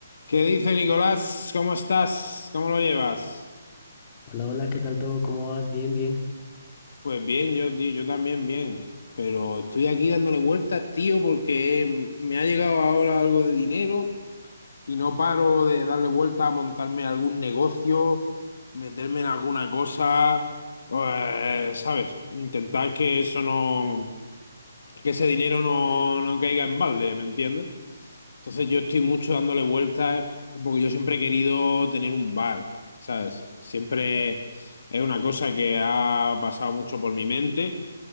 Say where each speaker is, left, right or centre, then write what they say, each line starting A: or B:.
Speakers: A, on the left; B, on the left.
A: ¿Qué dice Nicolás? ¿Cómo estás? ¿Cómo lo llevas?
B: Hola, hola, ¿qué tal todo? ¿Cómo vas? Bien, bien.
A: Pues bien, yo, tío, yo también bien, pero estoy aquí dándole vueltas, tío, porque eh, me ha llegado ahora algo de dinero y no paro de darle vueltas a montarme algún negocio, meterme en alguna cosa, eh, ¿sabes? Intentar que eso no, que ese dinero no, no caiga en balde, ¿me entiendes? Entonces yo estoy mucho dándole vueltas porque yo siempre he querido tener un bar, ¿sabes? Siempre es una cosa que ha pasado mucho por mi mente